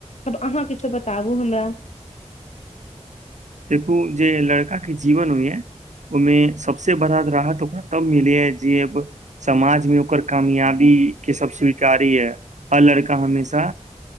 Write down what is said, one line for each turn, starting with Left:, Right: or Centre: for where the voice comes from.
Left: आब अहाँ किछु बताबु हमरा।
Right: देखु जे लड़काके जीबन होइए ओहिमे सबसे बड़ा राहत ओकरा तब मिलैये जब समाजमे ओकर कामयाबी के सब स्वीकारैये आ लड़का हमेशा